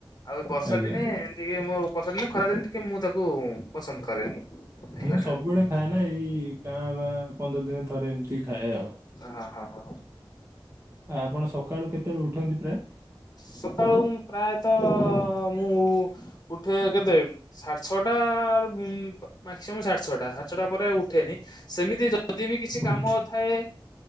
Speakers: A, on the left (about 35°); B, on the right (about 30°).
A: ଆଉ ବର୍ଷା
B: ଆଜ୍ଞା
A: ଦିନେ ଟିକେ ମୋ ପସନ୍ଦ ନାଁ, ଖରା ଦିନେ ଟିକେ ମୁଁ ତାକୁ ପସନ୍ଦ କରେନି। ଖାଇବାଟା।
B: ମୁଁ ସବୁବେଳେ ଖାଏ ନା, ଏଇ କାଁ ଭାଁ ପନ୍ଦର ଦିନ ଥରେ ଏମତି ରୁଟି ଖାଏ ଆଉ। ଆଉ
A: ହଁ ହଁ ହଁ ହଁ
B: ଆପଣ ସକାଳୁ କେତେବେଳେ ଉଠନ୍ତି ପ୍ରାୟ?
A: ସକାଳୁ ମୁଁ ପ୍ରାୟତଃ ମୁଁ ଉଠେ କେତେ ସାଢେ ଛଅଟା ଉଁ ମାକ୍ସିମମ୍ ସାଢେ ଛଅଟା ସାଢେ ଛଅ ଟା ପରେ ଆଉ ଉଠେନି। ସେମିତି ଯଦି ବି କିଛି
B: ଉଠି
A: କାମ ଥାଏ